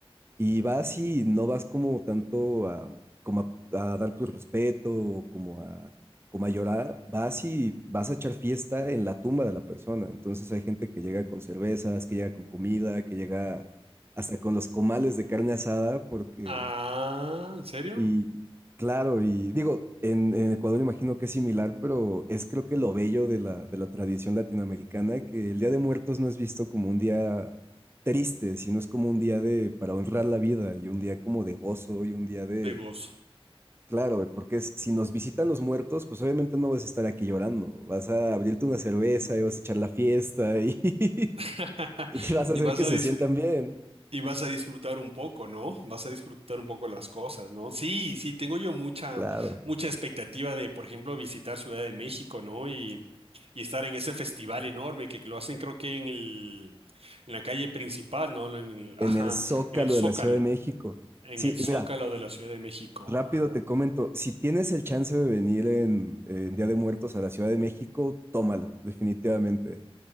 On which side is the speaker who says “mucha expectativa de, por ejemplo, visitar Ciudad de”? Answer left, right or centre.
Right